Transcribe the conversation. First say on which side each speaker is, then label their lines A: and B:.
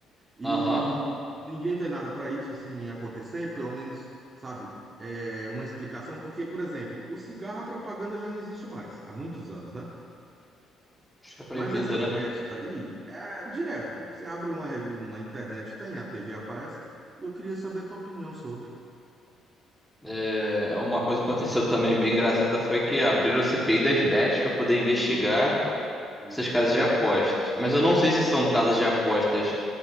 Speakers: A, on the right; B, in the centre.
A: E
B: Aham.
A: ninguém vê nada para isso assim acontecer, pelo menos, sabe, é uma explicação, porque, por exemplo, o cigarro, a propaganda já não existe mais, há muitos anos, né?
B: Acho que é proibida,
A: Mas essas
B: né?
A: bets aí é direto. Você abre uma, rev- uma internet, tem, a TV aparece, e eu queria saber a tua opinião sobre
B: É, uma coisa que aconteceu também bem engraçada foi que abriram a CPI das bets para poder investigar
A: isso.
B: essas casas de apostas. Mas eu não sei se são casas de apostas